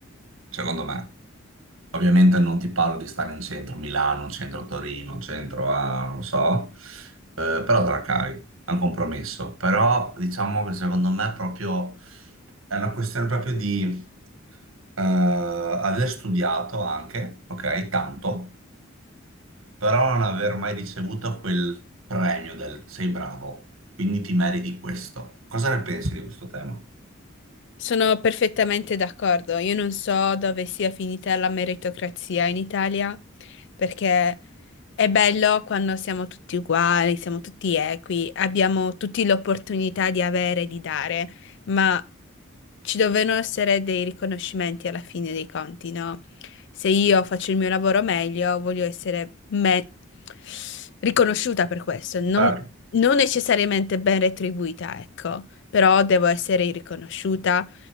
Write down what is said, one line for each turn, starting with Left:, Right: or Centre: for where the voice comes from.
Right: eh. Secondo me. Ovviamente non ti parlo di stare in centro a Milano, in centro a Torino, in centro a, non so, eh, però te la cavi, è un compromesso. Però diciamo che secondo me è proprio, è una questione proprio di eh, aver studiato anche, ok, tanto, però non aver mai ricevuto quel premio del sei bravo, quindi ti meriti questo. Cosa ne pensi di questo tema?
Left: Sono perfettamente d'accordo. Io non so dove sia finita la meritocrazia in Italia, perché è bello quando siamo tutti uguali, siamo tutti equi, abbiamo tutti l'opportunità di avere e di dare, ma ci devono essere dei riconoscimenti alla fine dei conti, no? Se io faccio il mio lavoro meglio, voglio essere me- riconosciuta per questo, non,
Right: Certo.
Left: non necessariamente ben retribuita, ecco, però devo essere riconosciuta,